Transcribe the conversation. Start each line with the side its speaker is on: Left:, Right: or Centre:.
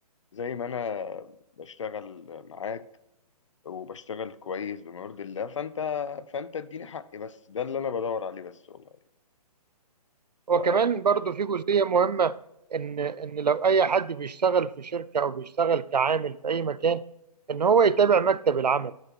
Left: زي ما أنا بشتغل معاك وبشتغل كويس بما يرضي الله فأنت فأنت اديني حقي بس ده اللي أنا بدور عليه بس والله
Right: هو
Left: ف...
Right: كمان برضو في جزئية مهمة إن إن لو أي حد بيشتغل في شركة أو بيشتغل كعامل في أي مكان إن هو يتابع مكتب العمل